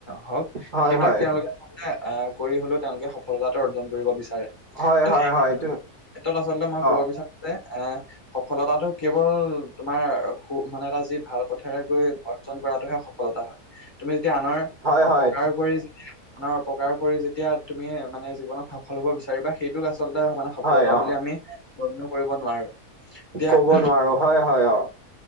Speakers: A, on the left; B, on the right.
A: হওক
B: হয়
A: সেইবিলাক
B: হয়
A: তেওঁলোকে আহ কৰি হলেও তেওঁলোকে সফলতাটো অৰ্জন কৰিব বিচাৰে
B: হয়
A: ত
B: হয়
A: সেই ক্ষেত্ৰত
B: হয় এইটো
A: আচলতে মই কব
B: অ
A: বিচাৰো যে এ সফলতাটো কেৱল তোমাৰ সু মানে এটা যি ভাল পথেৰে গৈ অৰ্জন কৰাতোহে সফলতা হয় তুমি যেতিয়া আনৰ
B: হয়
A: অপকাৰ
B: হয়
A: কৰি যেতিয়া আনৰ অপকাৰ কৰি যেতিয়া তুমি মানে জীৱনত সফল হব বিচাৰিবা সেইটোক আচলতে মানে সফলতা
B: হয় অ
A: বুলি আমি গণ্য কৰিব নোৱাৰো এতিয়া
B: ক'ব নোৱাৰো হয় হয় অ